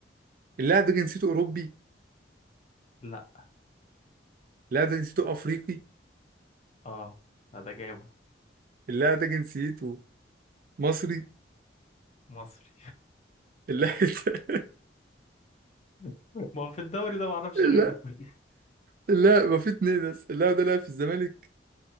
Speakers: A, on the right (about 50°); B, on the left (about 35°).
A: اللاعب ده جنسيته أوروبي
B: لا
A: اللاعب ده جنسيته أفريقي
B: اه لا ده جابه
A: اللاعب ده جنسيته مصري
B: مصري
A: اللاعب ده
B: <laughs> ما هو في الدوري ده معرفش
A: <laughs>
B: غيره
A: لا
B: <laughs>
A: لا ما في اتنين بس اللاعب ده لعب في الزمالك